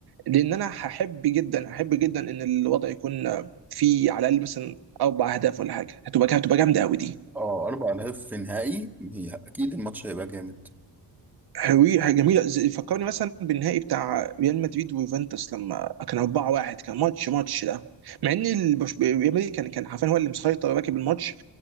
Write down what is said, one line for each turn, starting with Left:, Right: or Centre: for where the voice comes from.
Right: لان انا هحب جدا هحب جدا ان الوضع يكون آه، فيه على الاقل مثلا اربع اهداف ولا حاجه هتبقى هتبقى جامده قوي دي
Centre: اه اربع اهداف في نهائي هي اكيد الماتش هيبقى جامد
Right: هوي حاجة جميلة زي- فكرني مثلا بالنهائي بتاع ريال مدريد ويوفنتوس لما كان 4-1 كان ماتش ماتش ده مع ان البش- ريال مدريد كان كان حرفيا هو اللي مسيطر راكب الماتش